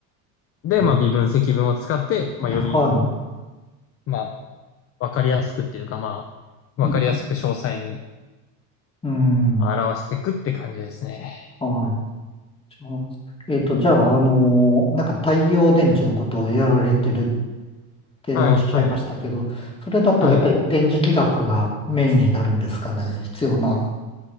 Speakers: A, on the left; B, on the left.
A: で、
B: うん、
A: まあ微分積分を使って、まあより、
B: はい、
A: まあ、わかりやすくっていうか、まあ、わかりやすく詳細に
B: うん、うん。
A: 表していくって感じですね。
B: はい。じゃあえっと、じゃあ、あのーなんか太陽電池のことをやられてるっておっしゃいましたけど、
A: はい、はい、
B: それだとやっぱり電磁気学がメインになるんですかね。
A: はい。
B: 必要な